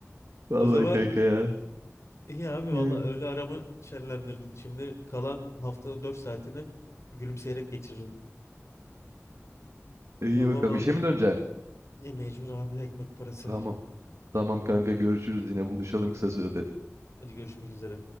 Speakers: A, on the right; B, on the left.
A: Vallahi
B: O zaman
A: kanka ya.
B: İyi abi
A: <laughs>
B: valla
A: Hı.
B: öğle aramı şenlendirdin. Şimdi kalan haftanın 4 saatini gülümseyerek geçiririm.
A: İyi
B: Tamam
A: bakalım
B: abi.
A: işe mi döneceksin?
B: Ya mecbur abi ekmek parası.
A: Tamam. Tamam kanka görüşürüz yine buluşalım kısa sürede.
B: Hadi görüşmek üzere.